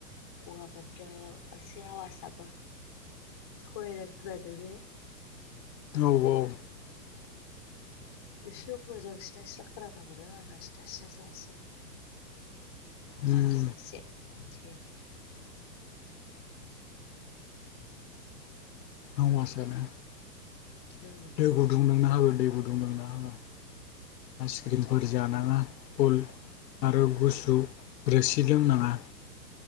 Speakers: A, on the left; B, on the left.
A: गगा मोनदों एसे आवासआबो थरायनाय खोनादों ने?
B: औ औ। <unintelligible>
A: एसे मोजां स्रा स्रा खोनानांगौना आंना सिथा सिथा जायासै।
B: उम
A: आवासा एसे थेरो।
B: आवासाना
A: औ
B: दै गुदुं लोंना हो दै गुदुं लोंना हो। आइसक्रिमफोर जानाङा कुल आरो गुसु रोसि लोंनाङा।